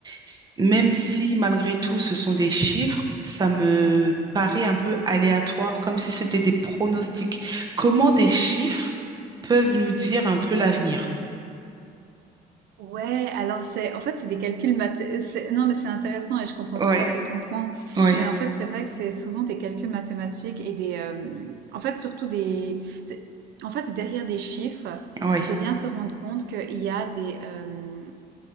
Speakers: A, on the right; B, on the right.
A: s- même si malgré tout ce sont des chiffres, ça me paraît un peu aléatoire, comme si c'était des pronostics. Comment des chiffres peuvent nous dire un peu l'avenir?
B: Ouais, alors c'est en fait c'est des calculs math c'est- non mais c'est intéressant et je comprends
A: Oui,
B: tout à fait ton point.
A: oui.
B: Mais en fait c'est vrai que c'est souvent des calculs mathématiques et des euh, en fait surtout des c'est- en fait derrière des chiffres,
A: Oui,
B: faut bien se rendre compte qu'il y a des euh,